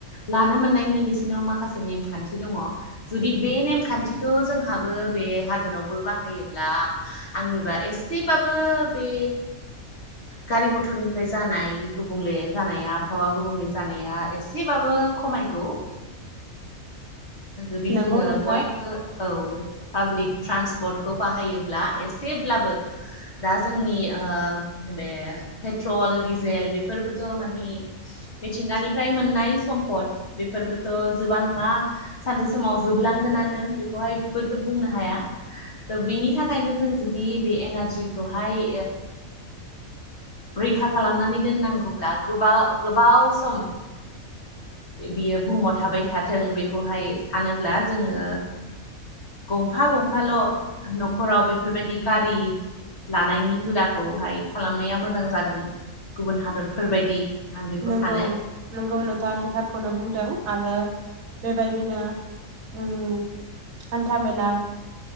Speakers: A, on the left (about 55°); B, on the right (about 75°).
A: लानो मोननायनि बिसोरनाव माखासे नेमखान्थि दङ। जुदि बे नेमखान्थिखौ जोंहाबो बे हादरावबो बाहायोब्ला आंनिबा एसेबाबो बे गारि मथरनिफ्राय जानाय गुबुंले जानाया आबहावा गुबुंले जानाया एसेबाबो खमायगौ। जुदि
B: नंगौ
A: जोङो
B: नोंथां
A: बयबो औ पाब्लिक ट्रान्सपर्टखौ बाहायोब्ला एसेब्लाबो दा जोंनि बे पेट्रल डिजेल बेफोरबोथ' मानि मिथिंगानिफ्राय मोननाय सम्पद बेफोरबोथ' जोबा नङा सानसे समाव जोबलांगोनानो बेखौहायबोथ' बुंनो हाया। दा बिनि थाखायनो जों जुदि बे एनारजिखौहाय रैखा खालामनानै दोननांगौब्ला गोबाव गोबाव सम बियो बुहुमाव थाबाय थाथों बेखौहाय सानोब्ला जोङो गंफा गंफाल' न'खराव बेफोरबायदि गारि लानायनि हुदाखौहाय खालामनाया मोजां जागोन। गुबुन हादरफोरबायदि आं बेखौ
B: नोंगौ
A: सानो
B: नंगौ नोंथां नों थारखौनो बुंदों आरो बेबायदिनो उम हानथा मेला